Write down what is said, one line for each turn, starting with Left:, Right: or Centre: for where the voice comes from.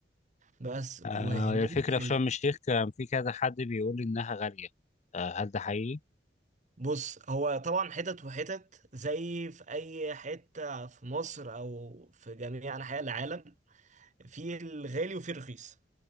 Right: بس
Left: آه
Right: وهناك
Left: الفكرة
Right: ال-
Left: في شرم الشيخ كان في كذا حد بيقول لي إنها غالية آه هل ده حقيقي؟
Right: بص هو طبعا حتت وحتت زي في اي حته في مصر او في جميع انحاء العالم في الغالي وفي الرخيص